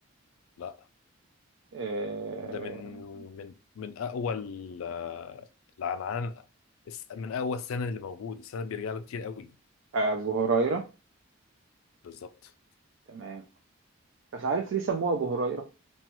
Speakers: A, on the left (about 75°); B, on the right (about 65°).
A: لا
B: آه،
A: ده من من من اقوى ال- آه، العنعان الس- من اقوى السند اللي موجود السند بيرجع له كتير قوي
B: أبو هريرة
A: بالظبط
B: تمام بس عارف ليه سموه أبو هريرة؟